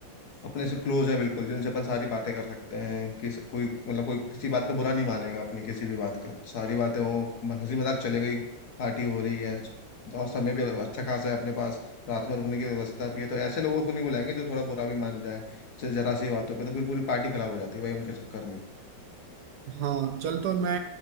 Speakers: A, on the left; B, on the right.
A: अपने से क्लोज है बिल्कुल जिनसे अपन सारी बातें कर सकते हैं कि कोई मतलब कोई किसी बात का बुरा नहीं मानेगा अपनी किसी भी बात का सारी बातें हो म- हंसी मजाक चले गई पार्टी हो रही है और समय भी अच्छा खासा है अपने पास रात में रुकने की व्यवस्था भी है तो ऐसे लोगों को नहीं बुलाएंगे जो थोड़ा बुरा भी मान जाए ज- जरा सी बातों पे तो फिर पूरी पार्टी खराब हो जाती है भाई उनके चक्कर में
B: हाँ चल तो मैं